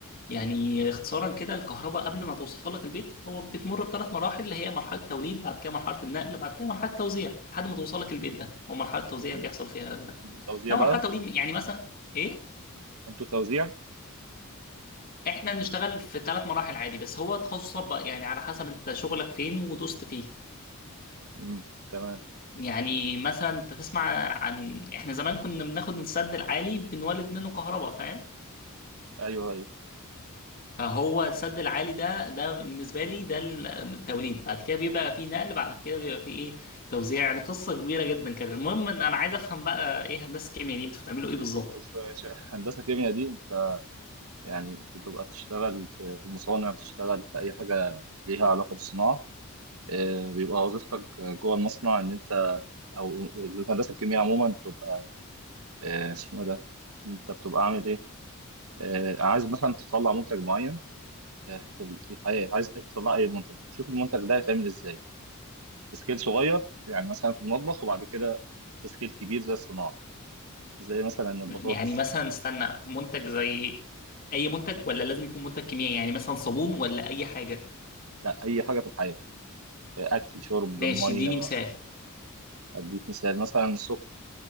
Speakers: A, on the left; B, on the right.
A: يعني
B: مم.
A: اختصارا كده الكهرباء قبل ما توصل لك البيت هو بتمر بثلاث مراحل اللي هي مرحلة توليد بعد كده مرحلة النقل بعد كده مرحلة توزيع لحد ما توصل لك البيت ده هو مرحلة توزيع
B: مم.
A: اللي بيحصل فيها ده
B: انتوا توزيع
A: لو
B: بقى
A: مرحلة توليد يعني مثلا ايه
B: انتوا توزيع
A: احنا بنشتغل في ثلاث مراحل عادي بس هو تخصصات بقى يعني على حسب انت شغلك فين ودوست فيه
B: مم. تمام
A: يعني مثلا انت تسمع عن احنا زمان كنا بناخد السد العالي بنولد منه كهرباء فاهم
B: ايوه ايوه
A: فهو السد العالي ده ده بالنسبه لي ده التوليد بعد كده بيبقى فيه نقل بعد كده بيبقى فيه ايه توزيع يعني قصه كبيره جدا كده المهم ان انا عايز افهم بقى ايه هندسه الكيمياء دي انتوا بتعملوا ايه بالظبط
B: بص يا باشا، هندسه كيمياء دي انت يعني بتبقى بتشتغل في في المصانع بتشتغل في اي حاجه ليها علاقه بالصناعه آه، بيبقى وظيفتك جوه المصنع ان انت او الهندسه الكيمياء عموما بتبقى آه، اسمه إيه ده انت بتبقى عامل ايه آه، عايز مثلا تطلع منتج معين آه، في ال- في الحياه عايز تطلع اي منتج تشوف المنتج ده هيتعمل ازاي سكيل صغير يعني مثلا في المطبخ وبعد كده سكيل كبير زي الصناعه زي مثلا البطاطس
A: يعني مثلا استنى منتج زي اي منتج ولا لازم يكون منتج كيميائي يعني مثلا صابون ولا اي حاجه
B: لا اي حاجه في الحياه اكل شرب
A: ماشي
B: ميه
A: اديني مثال
B: اديك مثال مثلا السكر